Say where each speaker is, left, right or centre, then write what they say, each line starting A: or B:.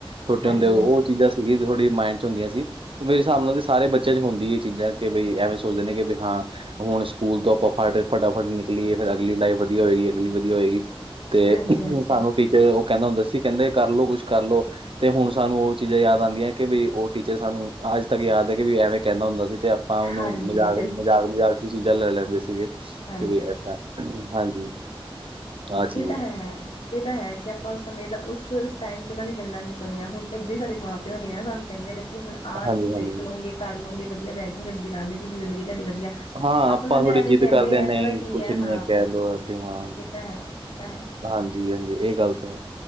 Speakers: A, on the right; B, on the left.
A: ਛੋਟੇ
B: ਹਾਂਜੀ,
A: ਹੁੰਦੇ ਉਹ
B: ਹਾਂਜੀ।
A: ਚੀਜ਼ਾਂ ਸੀਗੀ ਥੋੜੀ ਮਾਇੰਡ ਚ ਹੁੰਦੀਆਂ ਸੀ। ਉਹ ਮੇਰੇ ਹਿਸਾਬ ਨਾਲ ਤੇ ਸਾਰੇ ਬੱਚਿਆਂ 'ਚ ਹੁੰਦੀ ਇਹ ਚੀਜ਼ਾਂ ਕਿ ਬਈ ਐਵੇ ਸੋਚਦੇ ਨੇ ਕਿ ਬਈ ਹਾਂ ਹੁਣ ਸਕੂਲ ਤੋਂ ਆਪਾਂ ਫਾਟ ਫਟਾਫਟ ਨੀ ਲੀ ਫਿਰ ਅਗਲੀ ਲਾਈਫ ਵਧੀਆ ਹੋਏਗੀ ਅਗਲੀ ਵਧੀਆ ਹੋਏਗੀ ਤੇ
B: ਹਾਂਜੀ, ਹਾਂਜੀ,
A: ਸਾਨੂੰ ਤੇ ਉਹ ਕਹਿੰਦਾ ਹੁੰਦਾ ਸੀ ਕਹਿੰਦੇ ਕਰਲੋ ਕੁੱਛ ਕਰਲ ਲੋ ਤੇ ਹੁਣ ਸਾਨੂੰ ਉਹ ਚੀਜ਼ਾਂ ਯਾਦ ਆਂਦੀਆ ਕਿ ਬਈ ਉਹ ਟੀਚਰ ਸਾਨੂੰ ਅਜ ਤਕ ਯਾਦ ਹੈ ਕਿ ਬਈ ਐਵੇ ਕਹਿੰਦਾ ਹੁੰਦਾ ਸੀ ਤੇ ਆ ਹਾ ਉਹਨੂੰ
B: ਹਾਂਜੀ
A: ਮਜ਼ਾਕ- ਮਜ਼ਾਕ- ਮਜ਼ਾਕ ਚ ਹੀ ਚੀਜਾ ਲੈ ਲੈਂਦੇ ਸੀਗੇ।
B: ਹਾਂਜੀ-ਹਾਂਜੀ
A: ਤੇ ਏਦਾਂ ਹਾਂਜੀ ਆਹ ਚੀਜ
B: ਇਹ ਤਾਂ
A: ਹੈ
B: ਇਹ ਤਾਂ ਹੈ ਕਿ ਆਪਾ ਉਸ ਸਮੇਂ ਦਾ ਉਸਸ ਟਾਈਮ ਤੇ ਉਹਨਾਂ ਦੀ ਗੱਲਾਂ ਨ ਸੁਣੀਆਂ ਹੁਣ ਏਦੀ ਸਾਡੇ ਮਾਂ ਪਿਓ ਨੇ ਨਾ ਸਾਨੂੰ ਕਹਿੰਦੇ ਨੇ ਕਿ ਹੁਣ ਆਹ
A: ਹਾਂਜੀ-ਹਾਂਜੀ।
B: ਤੁਸੀਂ ਸਿਖ ਲੋਂਗੇ ਕਰ ਲੋਂਗੇ ਵਧੀਆ ਰਹਿ ਜੋਗੇ ਤੇ ਅਗੇ ਲੰਘ ਜੂਗੀ ਜ਼ਿੰਦਗੀ ਤੁਹਾਡੀ ਵਧੀਆ।
A: ਹਾਂ
B: ਆਪਣਾ
A: ਆਪਾਂ
B: ਤਾਂ
A: ਬੜੀ
B: ਐਵੇਂ
A: ਜਿਦ
B: ਕਹਿੰਦੇ
A: ਕਰਦੇ
B: ਆ
A: ਹ
B: ਇਹਨਾਂ
A: ਨਹੀ
B: ਦਾ ਕੀ
A: ਕੁਛ ਨੀ
B: ਹਾਂ
A: ਹੈ ਕਹਿ ਲੋਓ ਤੇ ਹੁਨ
B: ਇਹ ਤਾਂ ਹੈ ਇਹ ਤਾਂ ਹੈ।
A: ਹਾਂਜੀ- ਹਾਂਜੀ ਇਹ ਗੱਲ ਤੋ